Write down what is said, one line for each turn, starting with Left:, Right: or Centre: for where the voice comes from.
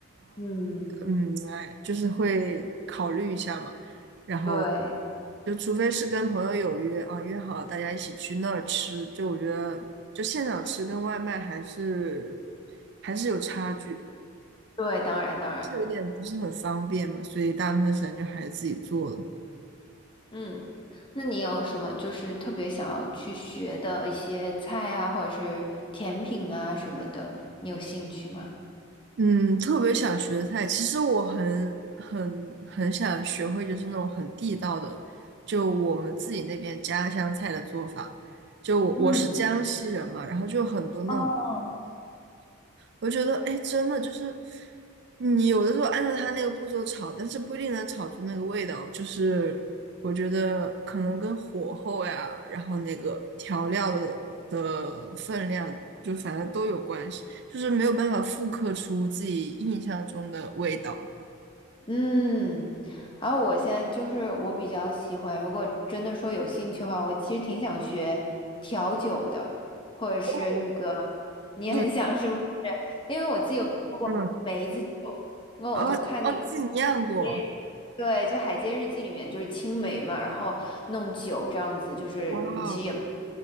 Left: 嗯，
Right: 嗯，哎，就是会考虑一下嘛，然后
Left: 对
Right: 就除非是跟朋友有约啊，约好了大家一起去那儿吃，就我觉得就现场吃跟外卖还是还是有差距，
Left: 对，当然当然，
Right: 这有点不是很方便嘛，所以大部分时间就还是自己做了。
Left: 嗯，那你有什么就是特别想要去学的一些菜啊，或者是甜品啊什么的，你有兴趣吗？
Right: 嗯，特别想学的菜，其实我很很很想学会，就是那种很地道的，就我们自己那边家乡菜的做法。就我我是江西人嘛，
Left: 嗯，
Right: 然后就有很多那种
Left: 哦，
Right: 我觉得，哎，真的就是你有的时候按照他那个步骤炒，但是不一定能炒出那个味道。就是我觉得可能跟火候呀，然后那个调料的的分量，就反正都有关系，就是没有办法复刻出自己印象中的味道。
Left: 嗯，然后我现在就是我比较喜欢，如果真的说有兴趣的话，我其实挺想学调酒的，或者是那个
Right: 哦，
Left: 你很想是不是？
Right: 对对，
Left: 因为我自己有做过梅子酒，
Right: 嗯，
Left: 那我就看那个海街，
Right: 啊哦，自己酿过，
Left: 对，就《海街日记》里面就是青梅嘛，然后弄酒这样子，就是嗯，
Right: 哇哦，
Left: 其实也